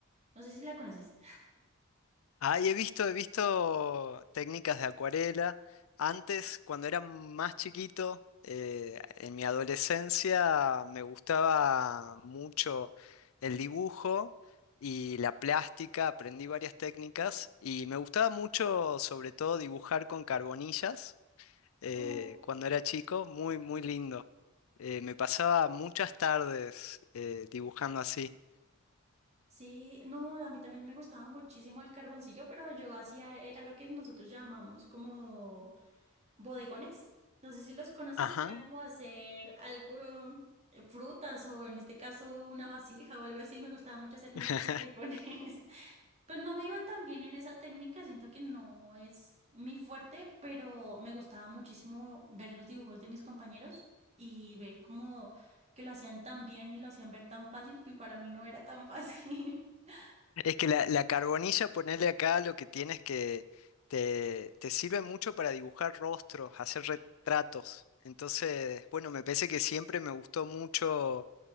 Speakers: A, on the right; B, on the left.
A: No sé si la conoces.
B: Ah, he visto, he visto técnicas de acuarela. Antes, cuando era más chiquito, eh, en mi adolescencia, me gustaba mucho el dibujo y la plástica. Aprendí varias técnicas y me gustaba mucho, sobre todo, dibujar con carbonillas, eh,
A: Uh,
B: cuando era chico. Muy, muy lindo. Eh, me pasaba muchas tardes, eh, dibujando así.
A: Sí, no, a mí también me gustaba muchísimo el carboncillo, pero yo hacía, era lo que nosotros llamamos como bodegones. No sé si los conoces,
B: Ajá.
A: que era como hacer algo, eh, frutas o en este caso una vasija o algo así. Me gustaba mucho hacer bo-
B: <laughs>
A: bodegones. <laughs> Pues no me iba tan bien en esa técnica, siento que no es mi fuerte, pero me gustaba muchísimo ver los dibujos de mis compañeros y ver cómo que lo hacían tan bien y lo hacían ver tan fácil, y para mí no era tan fácil. <laughs>
B: Es que la, la carbonilla, ponerle acá lo que tienes que te, te sirve mucho para dibujar rostros, hacer retratos. Entonces, bueno, me parece que siempre me gustó mucho